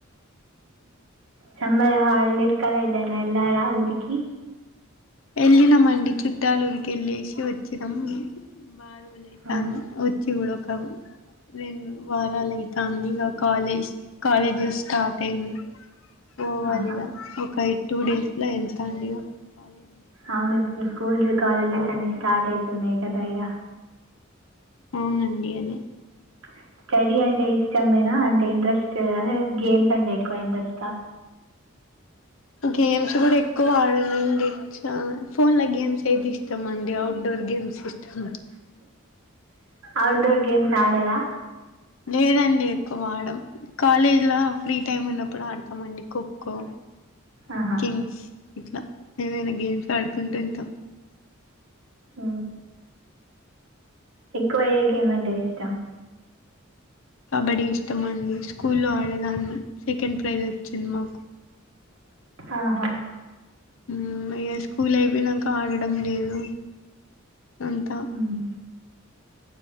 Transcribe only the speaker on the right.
సమ్మర్ హాలిడేస్ కద ఎటైనా ఎల్లర ఊర్కి
ఆ,
ఆహా
అవును ఇప్పుడు స్కూల్స్ కాలేజెస్ అన్ని స్టార్ట్ అయితున్నాయి్ కదా ఇగ
అ స్టడీ అంటే ఇష్టమేనా అంటే ఇంట్రెస్ట్ గేమ్స్ అంటే ఎక్కువ ఇంట్రెస్ట్ ఆ
ఔట్ డోర్ గేమ్స్ ఆడరా
ఆహా!
ఆ ఎక్కువ ఏ గేమ్ అంటే ఇష్టం
ఆహా
హ్మ్.